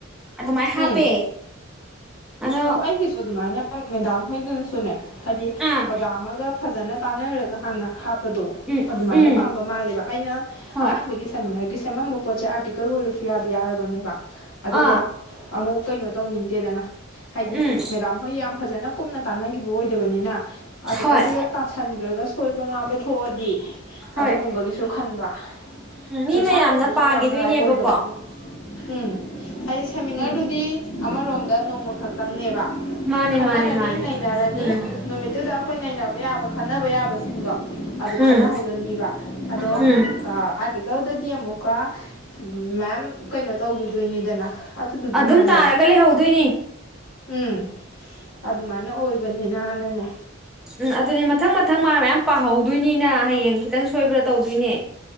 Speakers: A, in the centre; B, on the left (about 80°).
A: ꯑꯗꯨꯃꯥꯏ
B: ꯎꯝ
A: ꯍꯥꯞꯄꯦ ꯑꯗꯣ
B: ꯑꯩꯈꯣꯏ ꯑꯩꯒꯤꯁꯨ ꯑꯗꯨꯃꯥꯏꯅ ꯃꯦꯗꯝ ꯍꯣꯌꯅ ꯁꯨꯅꯦ ꯍꯥꯏꯗꯤ
A: ꯑꯥ
B: ꯑꯣꯖꯥ ꯑꯃꯒ ꯐꯖꯅ ꯇꯥꯅꯥꯔꯒꯥ ꯀꯣ ꯍꯥꯟꯅ ꯍꯥꯞꯄꯗꯣ
A: ꯎꯝ
B: ꯑꯗꯨꯃꯥꯏꯅ
A: ꯎꯝ
B: ꯄꯥꯝꯕ ꯃꯥꯜꯂꯦꯕ ꯑꯩꯅ
A: ꯍꯣꯏ
B: ꯑꯍꯥꯟꯕꯒꯤ ꯁꯦꯃꯤꯅꯥꯔꯒꯤ ꯁꯦꯝꯃꯝꯕ ꯄꯦ ꯑꯔꯇꯀꯜ ꯑꯣꯏ ꯁ ꯌꯥꯗꯤ ꯌꯥꯔꯕꯅꯦꯕ ꯑꯗꯨꯗꯣ
A: ꯑꯥ
B: ꯑꯃꯨꯛ ꯀꯩꯅꯣ ꯇꯧꯅꯤꯡꯗꯦꯗꯅ ꯍꯥꯏꯗꯤ
A: ꯎꯝ
B: ꯃꯦꯗꯥꯝ ꯍꯣꯏ ꯌꯥꯝ ꯐꯖꯅ ꯀꯨꯝꯅ ꯇꯥꯟꯅꯈꯤꯕ ꯑꯣꯏꯗꯕꯅꯤꯅ ꯑꯥꯔꯇꯤꯀꯜꯗꯨꯗ
A: ꯍꯣꯏ
B: ꯇꯥꯁꯟꯈ꯭ꯔꯒ ꯁꯣꯏꯕ ꯉꯥꯝꯕ ꯊꯣꯛꯑꯗꯤ
A: ꯍꯣꯏ
B: ꯑꯗꯨꯒꯨꯝꯕꯒꯤꯁꯨ ꯈꯟꯕ
A: ꯎꯝ ꯃꯤ
B: ꯆꯨꯞꯁꯥꯔꯣꯜꯗꯨꯁꯨ
A: ꯃꯌꯥꯝꯅ ꯄꯥꯈꯤꯗꯣꯏꯅꯦꯕꯀꯣ
B: ꯌꯥꯝ ꯑꯔꯥꯏꯕ ꯑꯣꯏꯗꯕꯒꯤ ꯎꯝ ꯍꯥꯏꯗꯤ ꯁꯦꯃꯤꯅꯥꯔꯗꯨꯗꯤ
A: ꯎꯝ
B: ꯑꯃꯔꯣꯝꯗ ꯅꯣꯡꯃ ꯕ
A: ꯃꯥꯅꯦ
B: ꯈꯟꯅꯔꯅꯤ
A: ꯃꯥꯅꯦ ꯃꯥꯅꯦ
B: ꯅꯩꯅꯔꯅꯤ
A: ꯎꯝ
B: ꯅꯨꯃꯤꯠꯇꯨꯗ ꯑꯩꯈꯣꯏ ꯅꯩꯅꯕ ꯌꯥꯕ ꯈꯕ ꯇꯕ ꯌꯥꯕꯁꯤꯡꯗꯣ ꯑꯗꯨ ꯈꯟꯅꯍꯧꯔꯅꯤꯕ
A: ꯎꯝ
B: ꯑꯗꯣ
A: ꯎꯝ
B: ꯑꯥꯔꯇꯤꯀꯜꯗꯗꯤ ꯑꯃꯨꯛ ꯀ ꯃꯦꯝ ꯀꯩꯅꯣ ꯇꯧꯈꯤꯗꯣꯏꯅꯤꯗꯅ ꯑꯗꯨꯗꯨꯒꯤ ꯃꯥꯜꯂꯦꯕ
A: ꯑꯗꯨꯝ ꯇꯥꯔꯒ ꯂꯩꯍꯧꯗꯣꯏꯅꯦ
B: ꯎꯝ ꯑꯗꯨꯃꯥꯏꯅ ꯑꯣꯏꯕꯅꯤꯅ ꯅꯅꯦꯅꯦ
A: ꯎꯝ ꯑꯗꯨꯅꯦ ꯃꯊꯪ ꯃꯊꯪ ꯃꯥ ꯃꯌꯥꯝ ꯄꯥꯍꯧ ꯑꯗꯨꯏꯅꯤꯅ ꯍꯌꯦꯡ ꯈꯤꯇꯪ ꯁꯣꯏꯕ꯭ꯔꯥ ꯇꯧꯗꯣꯏꯅꯦ